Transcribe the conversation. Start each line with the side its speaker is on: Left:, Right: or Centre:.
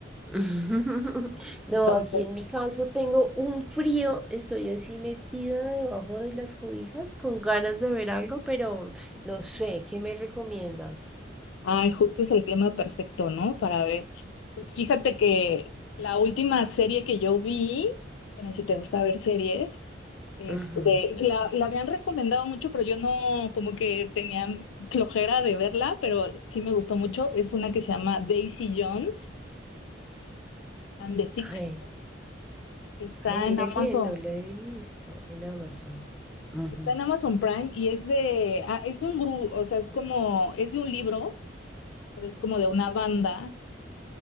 Centre: <laughs> No,
Left: Entonces,
Centre: aquí en mi caso tengo un frío, estoy así metida debajo de las cobijas con ganas de ver algo, pero no sé, ¿qué me recomiendas?
Left: ay, justo es el clima perfecto, ¿no? Para ver. Pues fíjate que la última serie que yo vi, bueno, si te gusta ver series. Este,
Centre: Ujú.
Left: la, la habían recomendado mucho, pero yo no, como que tenía flojera de verla, pero sí me gustó mucho. Es una que se llama Daisy Jones and the Six.
Centre: Ay,
Left: Está
Centre: ay,
Left: en
Centre: mira
Left: Amazon,
Centre: que no lo he visto en Amazon. Ujú.
Left: está en Amazon Prime y es de, ah, es de un grupo, o sea, es como, es de un libro, pero es como de una banda